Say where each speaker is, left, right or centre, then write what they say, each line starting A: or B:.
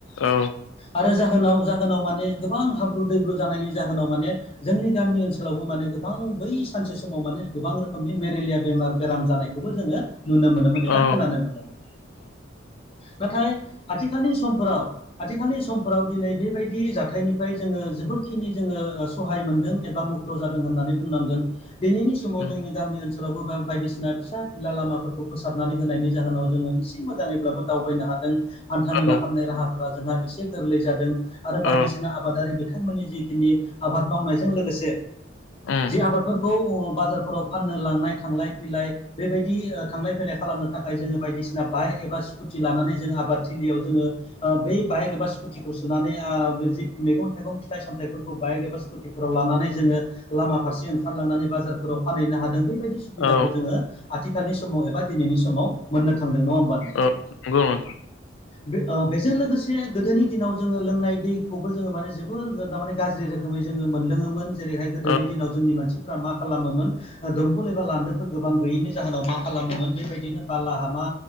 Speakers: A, on the left; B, on the left.
A: औ
B: आरो जाहोनाव-जाहोनाव माने गोबां हाब्रु दैब्रु जानायनि जाहोनाव माने जोंनि गामि ओनसोलावबो माने गोबां बै सानसे समाव माने गोबां रोखोमनि मेरेलिया बेमार बेराम जानाय खौबो जोङो नुनो मोनोमोन एबा
A: औ
B: खोनानो मोनोमोन, नाथाय आथिखालनि समफोराव आथिखालनि समफोराव दिनै बेबायदि जाथायनिफ्राय जोङो जोबोदखिनि जोङो सहाय मोनदों एबा मुक्त' जादों होननानै बुंनांगोन दिनैनि समाव
A: उम
B: जोंनि गामि ओनसोल <unintelligible> बायदिसिना फिसा फिला लामाफोरखौ फोसाबनानै होनायनि जाहोनाव जोङो एसे मोजाङैब्लाबो दावबायनो हादों हान्था
A: औ
B: मेला खालामनाय राहाफोरा जोंहा एसे गोरलै जादों आरो बायदिसिना
A: औ
B: आबादारि बिथांमोननि जिखिनि आबाद मावनायजों लोगोसे
A: उम
B: जि आबादफोरखौ बाजारफोराव फाननो लांनाय थांलाय फैलाय बेबायदि थांलाय फैलाय खालामनो थाखाय जोङो बायदिसिना बाइक एबा स्कुटि लानानै जों आबाद थिलियाव जोङो ओ बेै बाइक एबा स्कुटिखौ सोनानै आ बे जि मैगं थाइगं फिथाइ सामथाइफोरखौ बाइक एबा स्कुटिफोराव लानानै जोङो लामा फारसे ओंखारलांनानै बाजारफोराव फानैनो हादों बैबायदि सुबिदाखौ
A: औ
B: जोङो आथिखालनि समाव एबा दिनैनि समाव मोननो थांदों नङा होम
A: <unintelligible>
B: बे ओ बेजों लोगोसे गोदोनि दिनाव जोङो लोंनाय दैखौबो जोङो माने जोबोर <unintelligible> दामाने गाज्रि रोखोमै जोङो मोनलोङोमोन जेरैहाय गोदोनि
A: औ
B: दिनाव जोंनि मानसिफ्रा मा खालामोमोन ओ दंकल एबा लान्दोफोर गोबां गैयैनि जाहोनाव मा खालामोमोन बेबायदिनो बाला हामा